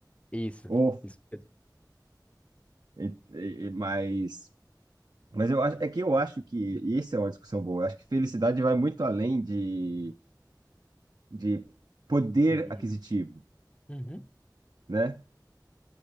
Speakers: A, on the left (about 15°); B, on the right (about 65°).
A: Isso,
B: Ou,
A: isso mesmo.
B: e- e- e- mas, mas eu acho, é que eu acho que, e isso é uma discussão boa, eu acho que felicidade vai muito além de, de poder
A: Dinheiro.
B: aquisitivo,
A: Uhum.
B: né?